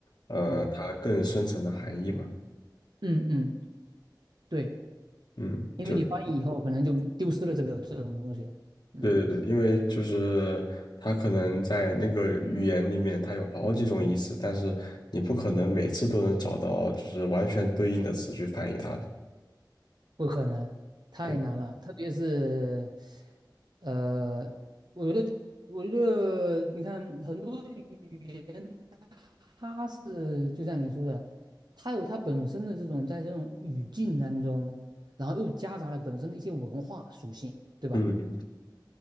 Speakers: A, on the left; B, on the right.
A: 呃，
B: 嗯
A: 它更深层的含义嘛。
B: 嗯嗯，对，
A: 嗯，
B: 因为你翻译以后可能就丢失了这个这种东西了，
A: 就
B: 嗯。
A: 对对对，因为就是它可能在那个语言里面，它有好几种意思，但是你不可能每次都能找到就是完全对应的词去翻译它的。
B: 不可能，太难了。
A: 对，
B: 特别是，呃，我觉得，我觉得，你看很多语言，它是就像你说的，它有它本身的这种在这种语境当中，然后又夹杂了本身的一些文化属性，对吧？
A: 嗯，